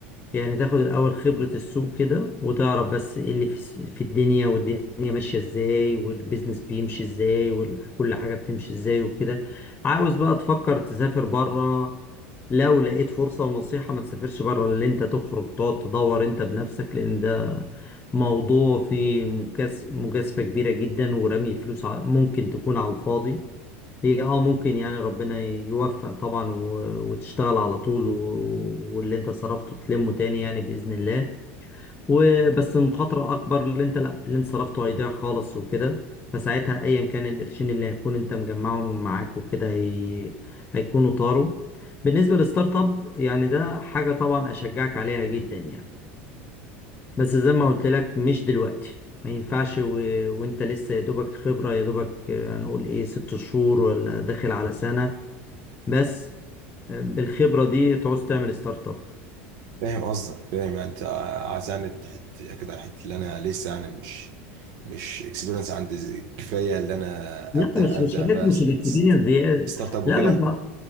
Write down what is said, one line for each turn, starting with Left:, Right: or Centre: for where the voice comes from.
Left: يعني تاخد الأول خبرة السوق كده وتعرف بس ايه اللي في, في الدنيا والدنيا ماشية ازاي والبيزنس بيمشي ازاي وكل حاجة بتمشي ازاي وكده عاوز بقى تفكر تسافر بره لو لقيت فرصة ونصيحة ما تسافرش بره اللي انت تخرج تقعد تدور انت بنفسك لأن ده موضوع فيه مكاس- مجازفة كبيرة جدا ورمي فلوس ع- ممكن تكون على الفاضي هي اه ممكن يعني ربنا يوفق طبعا و- وتشتغل على طول و- واللي انت صرفته تلمه تاني يعني بإذن الله وبس المخاطرة أكبر اللي انت لا اللي انت صرفته هيضيع خالص وكده فساعتها أيا كان القرشين اللي هيكون انت مجمعهم معاك وكده هي... هيكونوا طاروا بالنسبة للستارت اب يعني ده حاجة طبعا أشجعك عليها جدا يعني بس زي ما قلت لك مش دلوقتي ما ينفعش و... وانت لسه يا دوبك خبرة يا دوبك آه، هنقول ايه ست شهور ولا داخل على سنة بس بالخبرة دي تعوز تعمل ستارت اب
Right: فاهم قصدك فاهم يعني انت عايز يعني تحت كده الحته اللي انا لسه يعني مش مش اكسبيرينس عندي زي- كفايه اللي انا
Left: لا
Right: ابدا
Left: مش
Right: ابدا
Left: مش حاجات
Right: بقى
Left: مش
Right: ست-
Left: الاكسبيرينس دي
Right: ستارت اب
Left: لا
Right: وكده
Left: ما انت